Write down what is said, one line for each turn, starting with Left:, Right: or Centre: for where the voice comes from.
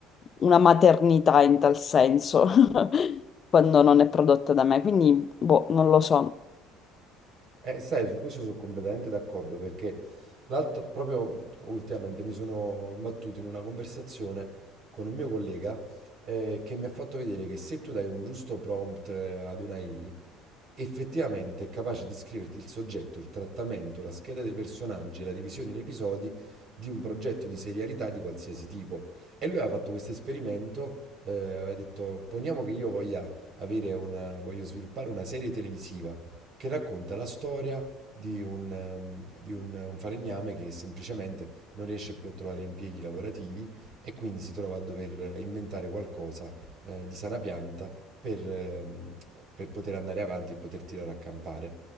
Left: una maternità in tal senso <laughs> quando non è prodotta da me, quindi boh, non lo so.
Right: Eh, sai, su questo sono completamente d'accordo perché l'altro, proprio ultimamente mi sono imbattuto in una conversazione con un mio collega eh, che mi ha fatto vedere che se tu dai un giusto prompt eh, ad una AI, effettivamente è capace di scriverti il soggetto, il trattamento, la scheda dei personaggi e la divisione in episodi di un progetto di serialità di qualsiasi tipo. E lui aveva fatto questo esperimento, eh, aveva detto, poniamo che io voglia avere una, voglio sviluppare una serie televisiva che racconta la storia di un, ehm, di un- un falegname che semplicemente non riesce più a trovare impieghi lavorativi e quindi si trova a dover inventare qualcosa, eh, di sana pianta per, ehm, per poter andare avanti e poter tirare a campare.